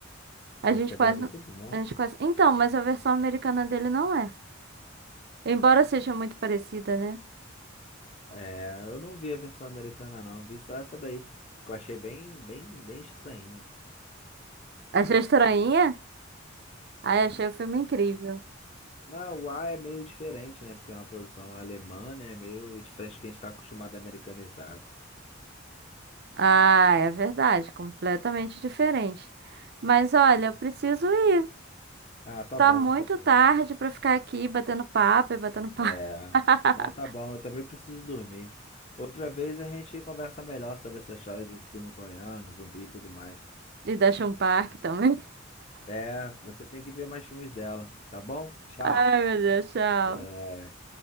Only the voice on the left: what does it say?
Esse
também
é muito bom.
É, eu não vi a versão americana, não. Vi só essa daí, que eu achei bem, bem, bem estranha.
Não, o A é meio diferente, né? Porque é uma produção alemã, né? É Meio diferente do que a gente tá acostumado americanizado.
Ah, tá
bom,
tá bom.
É.
Não, tá bom, eu também preciso dormir. Outra vez a gente conversa melhor sobre essa história de filme coreano, zumbi e tudo mais.
É, você tem que ver mais filmes dela, tá bom? Tchau.
É.